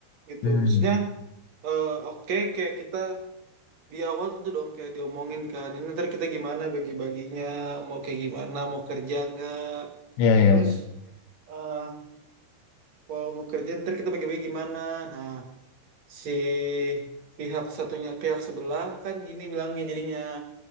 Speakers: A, on the right; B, on the left.
A: gitu.
B: Hmm.
A: Maksudnya, eh, oke kayak kita di awal tentu dong kayak diomongin kan. Ini ntar kita gimana bagi-baginya, mau kayak gimana, mau kerja nggak.
B: Ya, ya,
A: Terus
B: ya.
A: eh, kalau mau kerja ntar kita bagi-bagi gimana. Nah, si pihak satunya, pihak sebelah kan gini bilangnya jadinya.